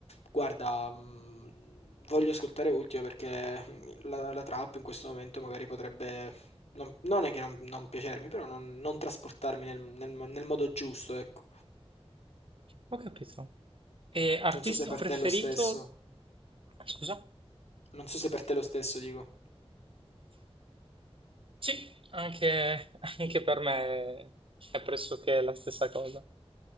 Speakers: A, on the left; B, on the right.
A: guarda, mh, voglio ascoltare Ultimo perché la, la trap in questo momento magari potrebbe... Non, non è che non, non piacermi, però non, non trasportarmi nel, nel nel modo giusto, ecco.
B: Ho capito. E artista
A: Non so se per
B: preferito?
A: te è lo stesso.
B: Scusa?
A: Non so se per te lo stesso dico.
B: Sì, anche, anche per me è pressoché la stessa cosa.